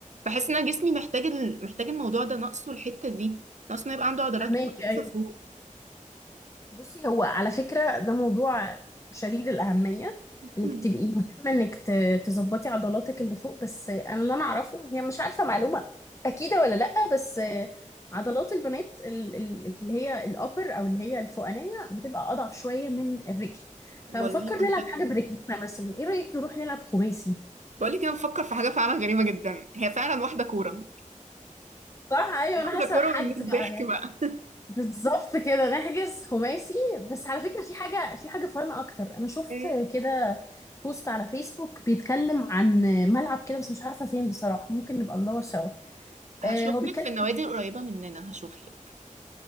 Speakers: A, on the right; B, on the left.
A: بحس ان انا جسمي محتاج ال... محتاج الموضوع ده ناقصه الحته دي ناقصه انه يبقى عنده عضلات
B: فهماكي
A: كويسه
B: أيوة
A: فوق
B: بصي هو على فكرة ده موضوع شديد الأهمية
A: <laughs>
B: إنك تبقي مهتمة إنك ت- تظبطي عضلاتك اللي فوق بس أنا اللي أنا أعرفه هي مش عارفة معلومة أكيدة ولا لأ بس عضلات البنات ال- ال- اللي هي الأبر أو اللي هي الفوقانية بتبقى أضعف شوية من الرجل
A: والله
B: فبفكر
A: منطقي
B: نلعب حاجة برجلنا مثلا إيه رأيك نروح نلعب خماسي؟
A: بقولك انا بفكر في حاجه فعلا غريبه جدا هي فعلا واحده كوره
B: صح أيوة أنا
A: واحده
B: حاسة
A: كوره
B: حجز
A: من 100
B: بقى
A: ضحك بقى
B: بالظبط كده نحجز خماسي بس على فكرة في حاجة في حاجة فن أكتر أنا شفت
A: ايه
B: كده بوست على فيسبوك بيتكلم عن ملعب كده بس مش عارفة فين بصراحة ممكن نبقى ندور سوا
A: هشوف
B: آه هو بيتكلم
A: لك في النوادي القريبه مننا هشوف لك